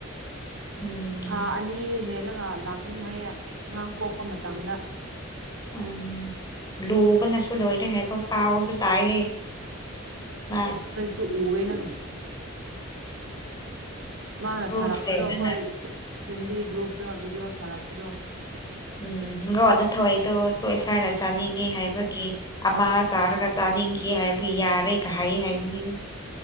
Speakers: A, on the left (about 20°); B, on the right (about 75°).
A: ꯎꯝ
B: ꯊꯥ ꯑꯅꯤ ꯍꯦꯜꯂꯒ ꯂꯥꯛꯀꯅꯤ ꯍꯥꯏꯌꯦ ꯑꯉꯥꯡ ꯀꯣꯛꯄ ꯃꯇꯝꯗ
A: ꯎꯝ ꯂꯨꯕꯅꯦ ꯂꯣꯏꯔꯦ ꯍꯥꯏꯕ ꯄꯥꯎꯁꯨ ꯇꯥꯏꯌꯦ ꯃꯥ
B: ꯇꯨ ꯎꯋꯦꯅ ꯃꯥꯅ ꯊꯥꯔꯛꯄꯗꯣ
A: ꯊꯤꯜꯂꯦꯟꯗ
B: ꯑꯈꯣꯏ ꯐꯦꯃꯤꯂꯤ ꯒ꯭ꯔꯨꯞꯇ ꯚꯤꯗꯤꯑꯣ ꯊꯥꯔꯛꯄꯗꯣ
A: ꯎꯝ ꯒꯣꯅ ꯊꯣꯏꯗꯣ ꯁꯣꯏ ꯈꯔ ꯆꯥꯅꯤꯡꯉꯤ ꯍꯥꯏꯕꯒꯤ ꯑꯃꯥ ꯆꯥꯔꯒ ꯆꯥꯅꯤꯡꯈꯤ ꯍꯥꯏꯕ ꯌꯥꯔꯦ ꯀ ꯍꯥꯏ ꯍꯥꯏꯕꯅꯤ